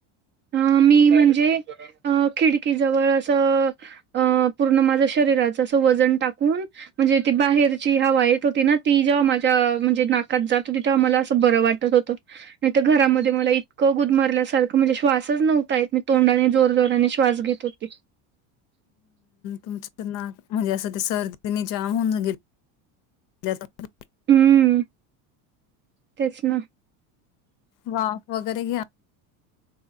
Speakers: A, on the right; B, on the left.
A: अ मी म्हणजे अ खिडकीजवळ असं अ पूर्ण माझ्या शरीराचं असं वजन टाकून म्हणजे ती बाहेरची हवा येत होती ना ती जेव्हा माझ्या म्हणजे नाकात जातो तिथे आम्हाला असं बरं वाट घरामध्ये मला इतकं गुदमरल्या सारखं म्हणजे श्वास असच नव्हता येत मी तोंडाने जोर जोराने श्वास घेत होते.
B: तुमच ना म्हणजे असं ते सर्दीने जाम होऊन गे <inaudible>
A: हम्म. तेच ना.
B: वाफ वगैरे <inaudible>